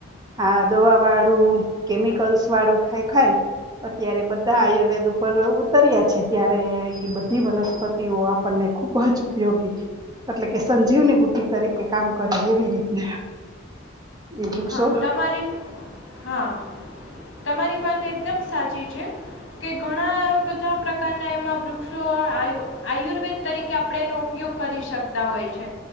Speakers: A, on the right (about 20°); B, on the left (about 65°).
A: આ દવા વાળું કેમિકલ્સ વાળું ખાય ખાય અત્યારે બધા આયુર્વેદ ઉપર ઉતર્યા છે ત્યારે ઈ બધી વનસ્પતિ તેવો આપણને ખૂબ જ ઉપયોગીછે એટલે કે સંજીવની બુદ્ધિ તરીકે કામ કરે એવી રીતના. એ વૃક્ષો
B: હા તમારી હા. તમારી વાત એકદમ સાચી છે કે ઘણા બધા પ્રકારના એમાં વૃક્ષો આયુ આયુર્વેદ તરીકે આપણે એનો ઉપયોગ કરી શકતા હોય છે